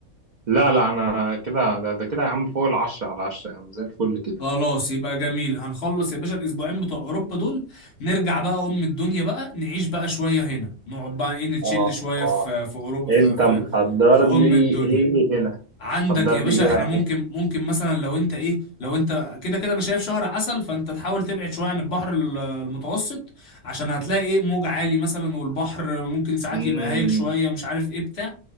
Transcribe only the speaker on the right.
لا لا انا كده ده, ده كده يا عم فوق العشرة على عشرة يا عم زي الفل كده
اه
اه
انت
محضر
لي
ايه هنا
حضر
لي
ايه
بقى
امم